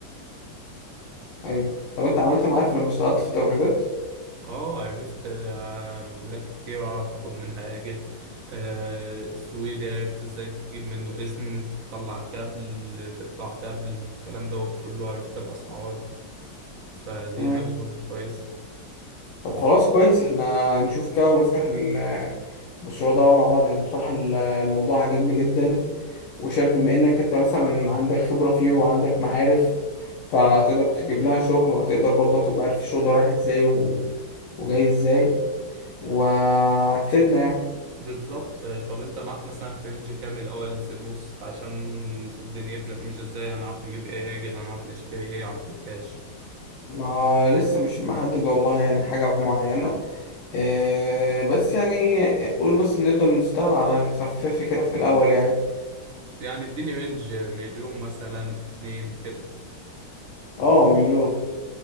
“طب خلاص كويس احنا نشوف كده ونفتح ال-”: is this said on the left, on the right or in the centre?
Left